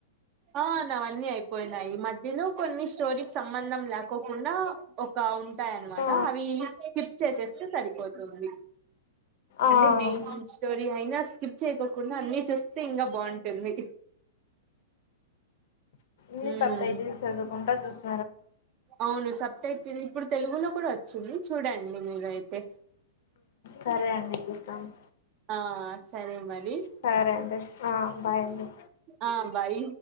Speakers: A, on the right; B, on the left.
A: ఆ నావ అన్ని అన్ని అయిపోయినాయి ఈ మధ్యలో కొన్ని స్టోరీ సంబంధం ల్యాకకుండా ఒక ఉంది వుంటాయ అన్ మాట
B: ఆ
A: అవి స్కిప్ చేసేస్తే సరిపోతుంది
B: ఆ
A: అంటే మేయిన్ స్టోరీ అయినా స్ స్కిప్ చేయకోకుండా అన్ని చూస్తే ఇంకా బాగుంటుంది
B: ఇ
A: ఉమ్
B: సబ్టైటిల్ సదువుకుంటా చూస్
A: అవును సుబ్టిటిల్ ఇప్పుడు తెలుగులో కూడా వచ్చింది చూడండి మీర్ అయితే
B: సరే అండి చూస్తాను
A: ఆ సరే మరి
B: సరే అండి ఆ బాయ్ అండి
A: ఆ బయి